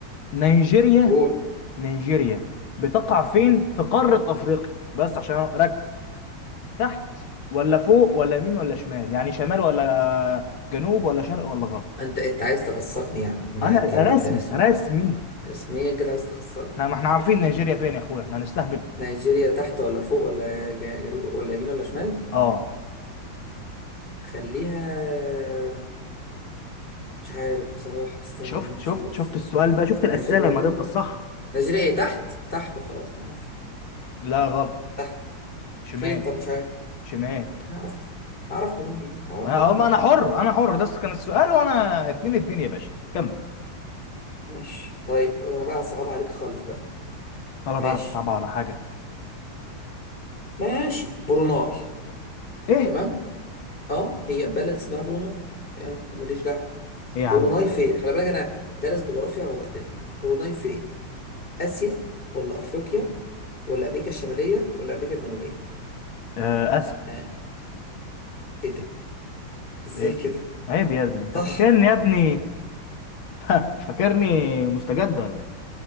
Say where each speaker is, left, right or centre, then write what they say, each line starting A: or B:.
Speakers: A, on the left; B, on the left.
A: نيجيريا
B: قول
A: نيجيريا بتقع فين في قاره افريقيا بس عشان ركز تحت ولا فوق ولا يمين ولا شمال يعني شمال ولا جنوب ولا شرق ولا غرب
B: انت انت عايز تخسرني يعني إن
A: انا
B: انت أنت
A: رسمي
B: رسمي
A: رسمي
B: رسميا كده عايز تخسرني
A: احنا ما احنا عارفين نيجيريا فين يا اخويا احنا هنستهبل
B: نيجيريا تحت ولا فوق ولا جا- جنوب ولا يمين ولا شمال
A: اه
B: خليها مش عارف بصراحة استنى
A: شفت
B: نشوف
A: شفت شفت السؤال بقى شفت الاسئله
B: نيجيريا
A: لما
B: دي
A: تبقى الصح
B: نيجيريا ايه تحت تحت وخلاص معرفش
A: لا غلط
B: تحت
A: شمال
B: فين طب مش عارف
A: شمال
B: اعرف اعرف منين دي اعرف
A: انا
B: منين
A: أم-
B: دي
A: انا حر انا حر ده كان السؤال وانا اتنين اتنين يا باشا كمل
B: ماشي طيب خلاص انا بقى صعب عليك خالص بقى
A: ولا
B: ماشي
A: تعرف طبعا على حاجه
B: ماشي بروناي
A: ايه
B: تمام اه هي بلد اسمها بروناي آه، ماليش دعوة
A: ايه يا عم
B: بروناي
A: ده
B: فين خلي بالك انا دارس جغرافيا وبهدلك بروناي فين اسيا ولا افريقيا ولا امريكا الشمالية ولا امريكا الجنوبية
A: آه اسف
B: ها ايه ده ازاي
A: عيب
B: كده
A: عيب يا ابني انت
B: صح
A: فاكرني يا ابني <laughs> فاكرني مستجد ولا ايه